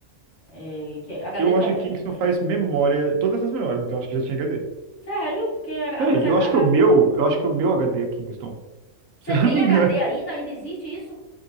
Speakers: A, on the left (about 55°); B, on the right (about 70°).
A: É, que HD
B: Eu
A: também.
B: acho que Kingston
A: é,
B: faz memória, todas as memórias, então acho que já tinha HD.
A: Sério, porque. ah,
B: Peraí,
A: Mas H
B: eu acho que o meu,
A: D
B: eu acho que o meu HD é Kingston, <laughs>
A: Você
B: se eu
A: tem
B: não me
A: HD
B: engano.
A: ainda? Ainda existe isso?